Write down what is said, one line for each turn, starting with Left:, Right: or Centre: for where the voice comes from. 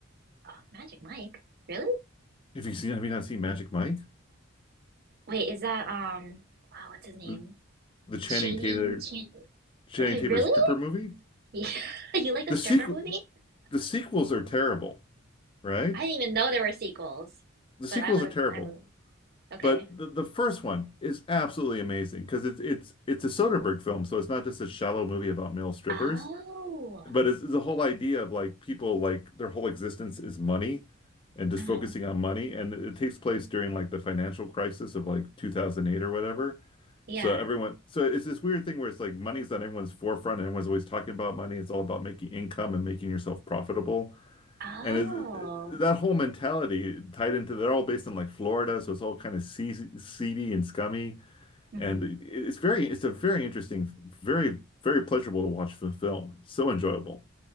Right: oh, Magic Mike. Really?
Left: Have you seen, have you not seen Magic Mike?
Right: Wait, is that um wow, what's his name?
Left: The, the Channing
Right: Channing
Left: Tatum,
Right: Chan
Left: Channing
Right: uh,
Left: Tatum
Right: really?
Left: stripper movie?
Right: Yeah. <laughs> You like a
Left: The
Right: stripper
Left: sequel,
Right: movie?
Left: the sequels are terrible, right?
Right: I didn't even know there were sequels,
Left: The
Right: but
Left: sequels
Right: I would
Left: are
Right: have,
Left: terrible,
Right: I would, okay.
Left: but the, the first one is absolutely amazing because it's it's it's a Soderbergh film, so it's not just a shallow movie about male strippers.
Right: Oh,
Left: But it's, it's the whole idea of like people like their whole existence is money and just
Right: uh-huh.
Left: focusing on money. And it, it takes place during like the financial crisis of like 2008 or whatever.
Right: Yeah.
Left: So everyone, so it's this weird thing where it's like money's on everyone's forefront and everyone's always talking about money. It's all about making income and making yourself profitable.
Right: Oh,
Left: And it, that whole mentality tied into, they're all based in like Florida. So it's all kind of seedy seedy and scummy.
Right: hmm
Left: And it- it's very, it's a very interesting, very, very pleasurable to watch the film. So enjoyable.